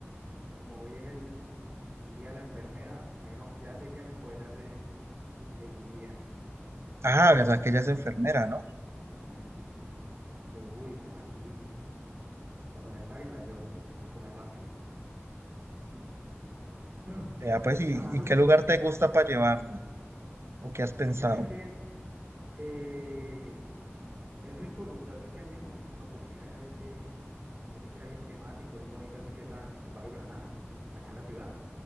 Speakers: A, on the right (about 35°); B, on the right (about 65°).
A: Como hoy es el, el día de la enfermera, me dijo, ya sé qué me puede dar de, de mi día.
B: Ah, verdad
A: Yo,
B: que
A: "Mm".
B: ella es enfermera, ¿no?
A: Ujú. Y yo, uy, cómo así? Cuando me paguen la llevo pues a comer ramen. Ah.
B: Ya, pues,
A: Y
B: ¿y,
A: ya, mano,
B: y qué lugar te gusta para llevarla? ¿O qué has pensado?
A: mira, es que eh, el único lugar que a mí se me, que me ocurría era ese, ese que era bien temático, bien bonito, así que estaba en el barrio Granada, acá en la ciudad,